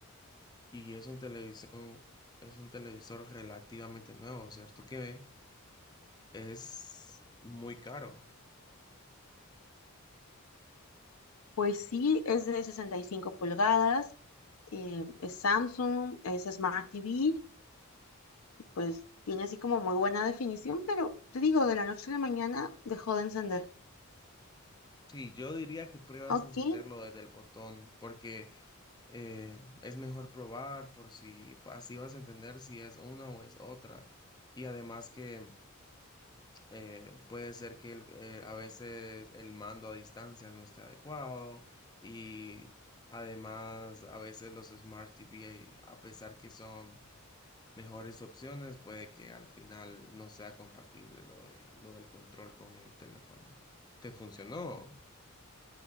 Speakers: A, on the left; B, on the left.
A: Y es un televisión, es un televisor relativamente nuevo, ¿cierto? Que es muy caro.
B: Pues sí, es de 65 pulgadas, eh, es Samsung, es Smart TV, y pues tiene así como muy buena definición, pero te digo, de la noche a la mañana dejó de encender.
A: Sí, yo diría que pruebas
B: Ok,
A: a encenderlo desde el botón, porque eh, es mejor probar por si así vas a entender si es una o es otra. Y además que eh, puede ser que el- eh, a veces el mando a distancia no esté adecuado y además a veces los Smart TV, a pesar que son mejores opciones, puede que al final no sea compatible lo de, lo del control con el teléfono. ¿Te funcionó?